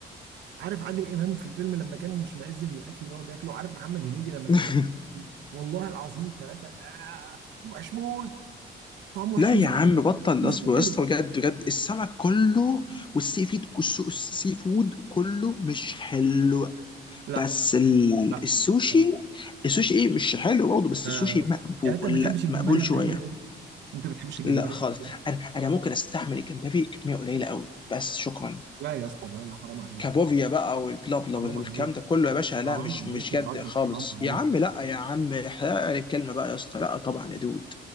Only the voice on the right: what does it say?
عارف عادل امام في الفيلم لما كان مشمئز من الاكل اللي هو بياكله عارف محمد هنيدي لما
كان بياكل والله العظيم ثلاثه آه وحش موت طعم وحش
وزفر
وزفر
لا
لا
لا
آه.
يعني انت ما بتحبش الجمبري
والكابوري
يا اسطى انت ما بتحبش الجمبري
والكابوري
لا يا اسطى لا لا حرام عليك
حرام
عليك
حرام
عليك
يا
راجل
حرام عليك